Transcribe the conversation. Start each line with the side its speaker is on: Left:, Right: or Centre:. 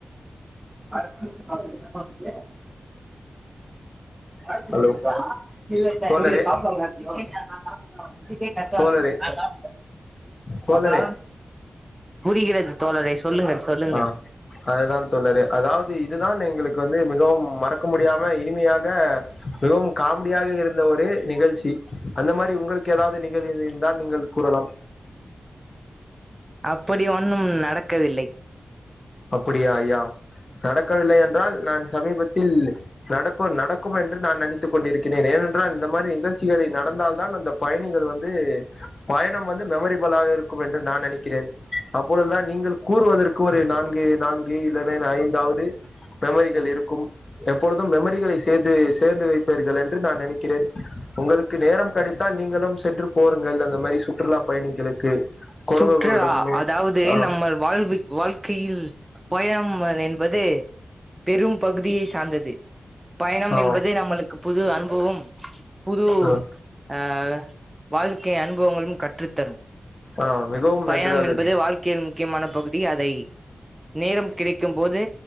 Right: <inaudible> வா ஆ
Left: ஹலோ
Right: இல்ல இல்ல
Left: தோழரே
Right: சூர்யே சாப்ட வாங்க. இல்ல இல்ல நா சாப்ட்டு தா இதுக்கே கத்தாதீங்க
Left: தோழரே
Right: நா சாப்ட்டே
Left: தோழரே
Right: பாப்பா புரிகிறது தோழரே சொல்லுங்கள் சொல்லுங்க
Left: ஆ அதுதான் தோழரே அதாவது இதுதான் எங்களுக்கு வந்து மிகவும் மறக்க முடியாம இனிமையா க மிகவும் காமெடியாக இருந்த ஒரு நிகழ்ச்சி அந்த மாதிரி உங்களுக்கு ஏதாவது நிகழ் இது இருந்தால் நீங்கள் கூறலாம்
Right: அப்படி ஒன்னும் நடக்கவில்லை
Left: அப்பிடியா யா நடக்கவில்லை என்றால் நான் சமீபத்தில் நடத் ப்ப நடக்கும் என்று நான் நினைத்துக் கொண்டிருக்கிறேன் ஏனென் றால் இந்த மாதிரி நிகழ்ச்சிகளை நடந்தால் தான் அந்த பயணிகள் வந்து பயணம் வந்து மெமரிபிளாக இருக்கும் என்று நான் நெனைக்கிறேன் அப்பொழுதுதான் நீங்கள் கூறுவதற்கு ஒரு நான் ன்கு நான்கு இல்லன்னா ஐந்தாவது மெமரிகள் லிருக்கும் எப்பொழுதும் மெமரிகளை சேர்த்து சேர்ந்து வைப்பீர்கள் என்று நான் நினைக்கிறேன் உங்களுக்கு நேரம் கெடைத்தால் நீங்களும் சென்று போருங்கள் அந்த மாதிரி சுற்றுலா பயணிகளுக்கு குரங்குகளிடம்
Right: சுற்றுஆ அதாவது
Left: ஆ
Right: நம்மள் வாழ்விக் வாழ்க்கையில் பயம் அதென்பது பெரும் பகுதியை சார்ந்தது பயணம்
Left: ஆ
Right: என்பது நம்மளுக்கு புது அன்பவம் புதூ
Left: ஆ
Right: ஆ வாழ்க்கை அனுபவங்களும் கற்றுத்தரும்
Left: ஆ மிகவும்
Right: பயணம்
Left: நன்றாக
Right: என்பது வாழ்க்கையின் முக்கியமான பகுதி அதை நேரம் கிடைக்கும்போதே